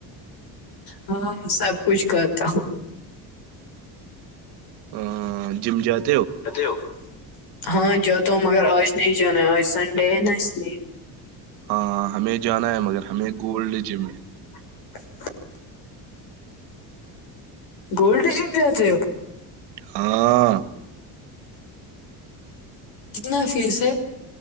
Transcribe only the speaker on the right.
ا جم جات <unintelligible>
ہاں ہمیں جانا ہے مگر ہمیں گولڈ جم میں
ہاں